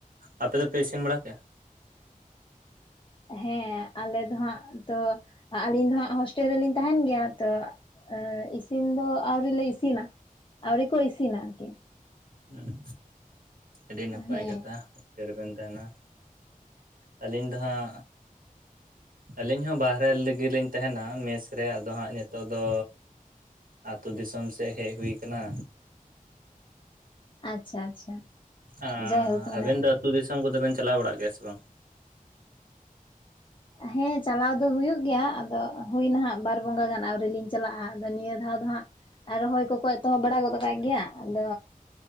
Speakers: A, on the right; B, on the left.
A: ᱟᱯᱮ ᱫᱚᱯᱮ ᱤᱥᱤᱱ ᱵᱟᱲᱟ ᱠᱮᱜ-ᱟ?
B: ᱦᱮᱸ ᱟᱞᱮ ᱫᱚ ᱦᱟᱸᱜ ᱛᱚ ᱟᱹᱞᱤᱧ ᱫᱚ ᱦᱟᱸᱜ ᱦᱳᱥᱴᱮᱞ ᱨᱮᱞᱤᱧ ᱛᱟᱦᱮᱱ ᱜᱮᱭᱟ, ᱛᱚ ᱮ ᱤᱥᱤᱱ ᱫᱚ ᱟᱣᱨᱤ ᱞᱮ ᱤᱥᱤᱱᱟ ᱟᱣᱨᱤ ᱠᱚ ᱤᱥᱤᱱᱟ ᱟᱨᱠᱤ।
A: ᱦᱮᱸ ᱟᱹᱰᱤ ᱱᱟᱯᱟᱭ
B: ᱦᱮᱸ
A: ᱠᱟᱛᱷᱟ। ᱦᱚᱥᱴᱮᱞ ᱨᱮ ᱵᱮᱱ ᱛᱟᱦᱮᱱᱟ, ᱟᱹᱞᱤᱧ ᱫᱚ ᱦᱟᱸᱜ ᱟᱹᱞᱤᱧ ᱦᱚᱸ ᱵᱟᱦᱨᱮ ᱨᱮ ᱜᱮ ᱞᱤᱧ ᱛᱟᱦᱮᱱᱟ ᱢᱮᱥ ᱨᱮ, ᱟᱫᱚ ᱦᱟᱸᱜ ᱱᱤᱛᱚᱜ ᱫᱚ ᱟᱛᱩ ᱫᱤᱥᱚᱢ ᱥᱮᱫ ᱦᱮᱡ ᱦᱩᱭ ᱠᱟᱱᱟ᱾
B: ᱟᱪᱪᱷᱟ ᱟᱪᱪᱷᱟ᱾
A: ᱦᱟᱸ
B: ᱡᱟᱭᱦᱳᱠ ᱢᱟᱱᱮ
A: ᱟᱵᱮᱱ ᱫᱚ ᱟᱹᱛᱩ ᱫᱤᱥᱚᱢ ᱠᱚᱫᱚ ᱵᱮᱱ ᱪᱟᱞᱟᱣ ᱵᱟᱲᱟᱜ ᱜᱮᱭᱟ ᱥᱮ ᱵᱟᱝ?
B: ᱦᱮᱸ ᱪᱟᱞᱟᱣ ᱫᱚ ᱦᱩᱭᱩᱜ ᱜᱮᱭᱟ ᱟᱫᱚ ᱦᱩᱭᱱᱟ ᱦᱟᱸᱜ ᱵᱟᱨ ᱵᱚᱸᱜᱟ ᱜᱟᱱ ᱟᱹᱣᱨᱤ ᱞᱤᱧ ᱪᱟᱞᱟᱜ-ᱟ, ᱟᱫᱚ ᱱᱤᱭᱟᱹ ᱫᱷᱟᱣ ᱫᱚ ᱦᱟᱸᱜ ᱟᱨ ᱨᱚᱦᱚᱭ ᱠᱚᱠᱚ ᱮᱛᱚᱦᱚᱵ ᱵᱟᱲᱟ ᱜᱚᱫ ᱠᱟᱜ ᱜᱮᱭᱟ, ᱟᱫᱚ